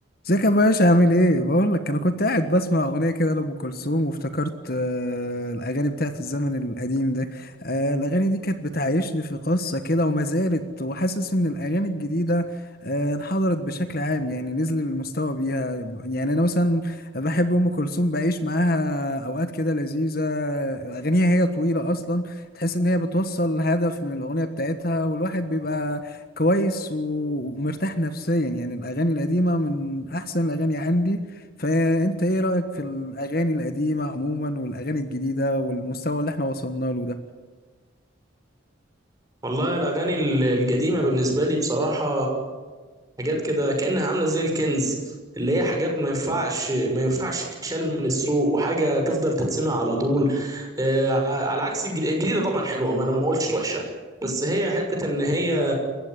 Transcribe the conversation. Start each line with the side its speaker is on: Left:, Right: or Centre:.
Left: ازيك يا باشا عامل ايه بقول لك انا كنت قاعد بسمع اغنيه كده لام كلثوم وافتكرت آه، الاغاني بتاعت الزمن القديم ده آه، الاغاني دي كانت بتعيشني في قصه كده وما زالت وحاسس ان الاغاني الجديده آه، انحدرت بشكل عام يعني نزل المستوى بيها يعني انا مثلا بحب ام كلثوم بعيش معاها اوقات كده لذيذه اغانيها هي طويله اصلا تحس ان هي بتوصل هدف من الاغنيه بتاعتها والواحد بيبقى كويس و- ومرتاح نفسيا يعني الأغاني القديمة من أحسن الأغاني عندي فأنت إيه رأيك في الأغاني القديمة عموما والأغاني الجديدة والمستوى اللي احنا وصلنا له ده
Right: والله الأغاني ال- القديمة بالنسبة لي بصراحة حاجات كده كأنها عاملة زي الكنز اللي هي حاجات ما ينفعش ما ينفعش تتشال من السوق وحاجة تفضل تتسمع على طول آه، على عكس الجديد- الجديدة طبعا حلوة ما أنا ما قلتش وحشة بس هي حتة إن هي